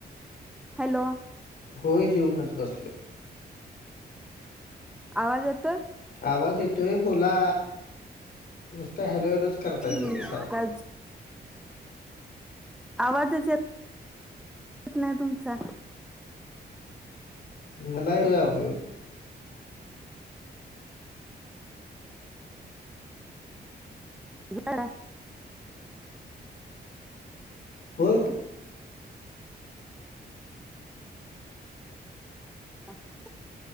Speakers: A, in the centre; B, on the left.
A: हॅलो.
B: होय. जेऊनच बसलोय.
A: आवाज येतोय?
B: आवाज येतोय. बोला. नुसत हॅलो, हॅलोच करताय
A: हम्म
B: तुम्ही सारखं.
A: का आवाजच येत येत नाही तुमचा.
B: मला येतोय आवाज.
A: जाणा.
B: होय प
A: अच्छा.